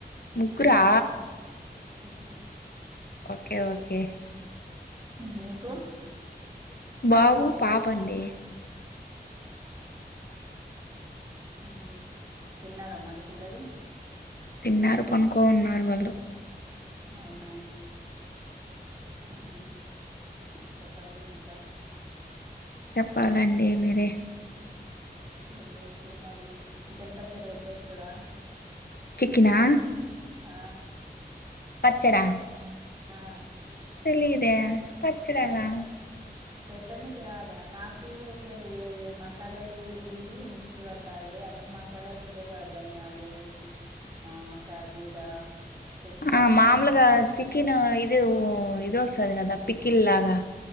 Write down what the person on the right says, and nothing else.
ఉమ్
మీకు
మ్ హు తిన్నారా మరి పిల్లలు
అవునా మ్ హు చెప్పండి ఇంకా
ఏం చేస్తుంది మరి చికెన్ పచ్చడి పెట్టి వస్తదా
ఆ
ఆ
పెట్ట పెట్టనికి రాదా నాకు కూడా ఎక్కువ తెలియదే మసాలాలు ఇవి మిక్సీ పట్టాలి అన్ని మసాలాలు ఉంటాయి గ దనియాలు ఆ సాజీరా చెక్క